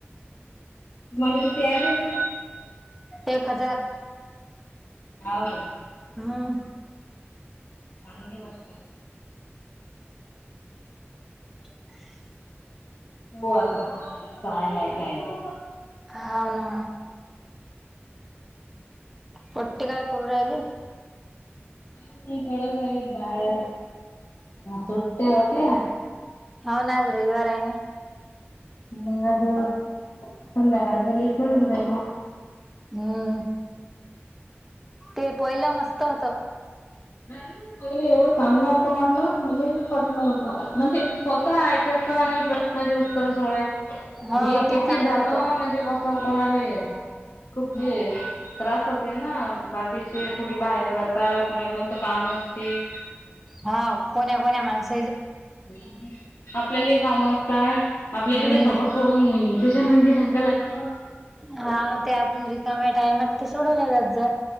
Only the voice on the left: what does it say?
मन कितीरले त का
हाव का
चांगली गोष्ट आहे.
हो आता काय ह काय नाही
नाही नाही खेड जाई बाहेर सुट्टे होते
मग आज संध्याकाळ झाली चडून राहिली
नाही ना पहिले एवढं चांगलं होतं म्हटलं मुली पटलं होतं म्हणजे स्वतः ऐकायचं आणि प्रश्नाचे उत्तर सोड
हे किती
झालं
म्हणजे कस कोणाले आहे खूप हे त्रास होते ना बाकीचे कुठे बाहेर जाता कोणाला त काम असते
हम्म आपल्याला काम आपल्याला
ते सगळं सोडून त्याच्यानंदी लागा लागते